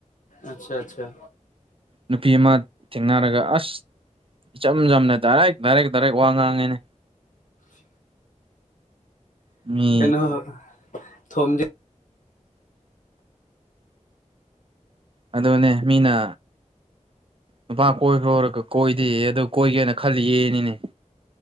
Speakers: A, on the left; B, on the right.
A: ꯑꯆꯥ ꯑꯆꯥ
B: ꯅꯨꯄꯤ ꯑꯃ ꯊꯦꯡꯅꯔꯒ ꯑꯁ ꯏꯆꯝ ꯆꯝꯅ ꯗꯥꯏꯔꯦꯛ ꯗꯥꯏꯔꯦꯛ ꯗꯥꯏꯔꯦꯛ ꯋꯥ ꯉꯥꯡꯉꯦꯅꯦ ꯃꯤ
A: ꯀꯩꯅꯣ ꯊꯣꯝꯗꯦ
B: ꯑꯗꯨꯅꯦ ꯃꯤꯅ ꯅꯨꯄꯥ ꯀꯣꯏꯕꯈ꯭ꯔꯣ ꯔꯒ ꯀꯣꯏꯗꯦꯌꯦ ꯑꯗꯨ ꯀꯣꯏꯒꯦꯅ ꯈꯜꯂꯤꯌꯦꯅꯤꯅꯦ